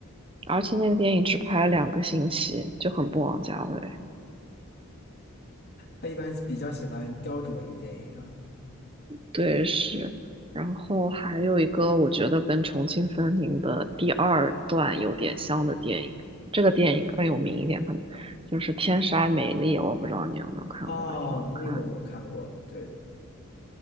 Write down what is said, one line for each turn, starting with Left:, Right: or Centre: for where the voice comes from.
Right: 而且那个电影只拍了两个星期，就很不枉家卫，
Left: 他一般比较喜欢雕琢一个电影啊。
Right: 对是，然后还有一个我觉得跟《重庆森林》的第二段有点像的电影，这个电影更有名一点，可能就是《天使爱美丽》，我不知道你有没有看过，
Left: 哦，
Right: 也挺好看。
Left: 那个我看过，对，